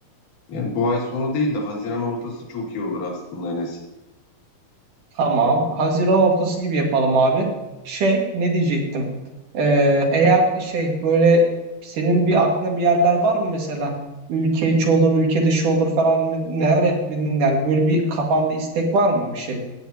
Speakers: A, on the left (about 70°); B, on the right (about 70°).
A: Yani bu ay sonu değil de Haziran ortası çok iyi olur aslında Enes.
B: Tamam. Haziran ortası gibi yapalım abi. Şey ne diyecektim? Ee, eğer şey böyle senin bir aklına bir yerler var mı mesela? Ülke içi olur, ülke dışı olur falan mı? Neler yap? Yani böyle bir kafanda istek var mı bir şey?